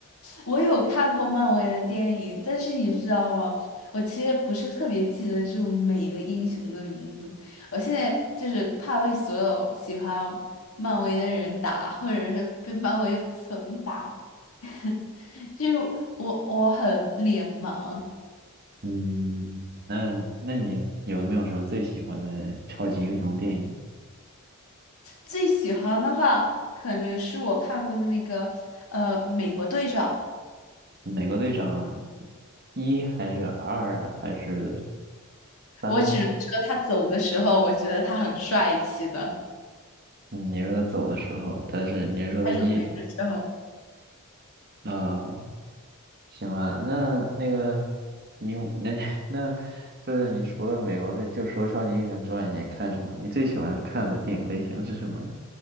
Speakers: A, on the left (about 75°); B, on the right (about 45°).
A: 我有看过漫威的电影，但是你知道吗？我其实不是特别记得住每一个英雄的名字。我现在就是怕被所有喜欢漫威的人打，或者是被漫威粉打。<laughs> 就是我我很脸盲。
B: 嗯，那那你有没有什么最喜欢的超级英雄电影？
A: 最喜欢的话，可能是我看过的那个呃美国队长。
B: 美国队长一还是二还是三吗？
A: 我只能说他走的时候，我觉得他很帅气的。
B: 嗯，你说他走的时候，但是你是说他一，
A: 他人美的时候。
B: 啊、行吧，那那个你有那 <laughs> 那就是你除了美国队，就除了超级英雄之外，你还看什么？你最喜欢看的电影类型是什么呢？